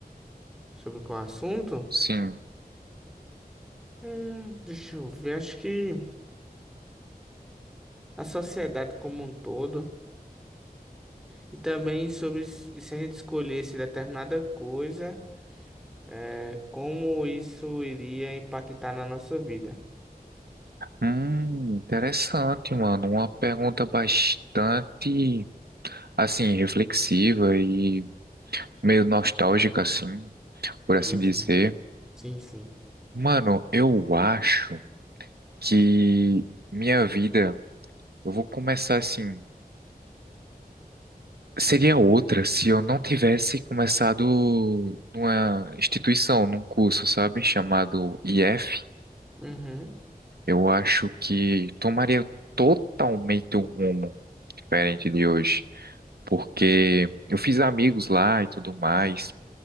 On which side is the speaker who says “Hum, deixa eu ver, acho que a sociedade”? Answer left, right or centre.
Centre